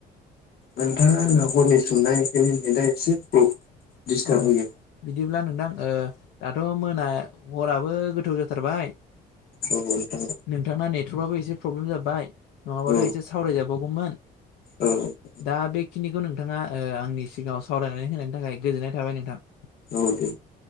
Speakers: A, on the left (about 60°); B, on the left (about 90°).
A: नोंथाङा न'खरनि सोंनाय एखनि नेनाय एसे दिस्टार्ब
B: अ
A: होयो
B: बिदिब्ला नोंथां ओ दाथ' मोना हराबो गोथोव जाथारबाय
A: औ नोंथां
B: नोंथांना नेटवर्काबबो एसे प्रब्लेम जाबाय नङाबाथ'
A: औ
B: एसे सावराय जा बावगौमोन
A: औ
B: दा बे बेखिनिखौ नोंथाङा आंनि सिगाङाव सावरायनानै होनायनि थाखाय गोजोननाय थाबाय नोंथां
A: औ दे